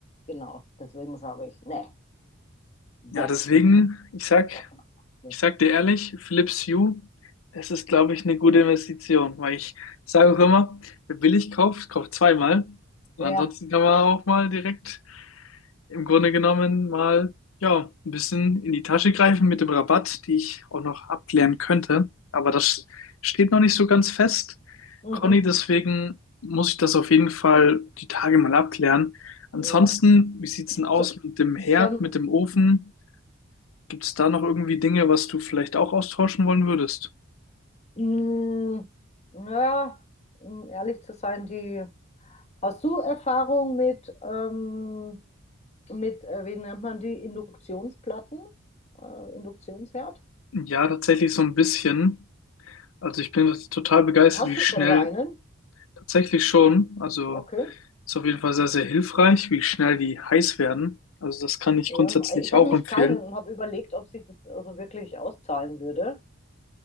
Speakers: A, on the left (about 35°); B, on the left (about 75°).
A: Genau, deswegen sage ich, ne, weg
B: Ja, deswegen,
A: mit der
B: ich sag,
A: Stoffnadel.
B: ich sag dir ehrlich, Philips Hue, das ist, glaube ich, eine gute Investition, weil ich sage auch immer, wer billig kauft, kauft zweimal. Und
A: Ja,
B: ansonsten kann man auch mal direkt im Grunde genommen mal ja, ein bisschen in die Tasche greifen mit dem Rabatt, die ich auch noch abklären könnte. Aber das steht noch nicht so ganz fest,
A: mhm,
B: Conny, deswegen muss ich das auf jeden Fall die Tage mal abklären. Ansonsten,
A: ja.
B: wie sieht's denn aus
A: So,
B: mit dem Herd,
A: so,
B: mit dem Ofen? Gibt es da noch irgendwie Dinge, was du vielleicht auch austauschen wollen würdest?
A: mh, ja, um ehrlich zu sein, die, hast du Erfahrung mit, ähm, mit, äh, wie nennt man die, Induktionsplatten, äh, Induktionsherd?
B: Ja, tatsächlich so ein bisschen. Also ich bin total begeistert,
A: Hast
B: wie
A: du
B: schnell
A: selber einen?
B: tatsächlich schon, also
A: Okay.
B: Ist auf jeden Fall sehr, sehr hilfreich, wie schnell die heiß werden. Also das kann ich
A: Ja,
B: grundsätzlich
A: ich habe
B: auch
A: mich
B: empfehlen.
A: keinen und habe überlegt, ob sich das also wirklich auszahlen würde.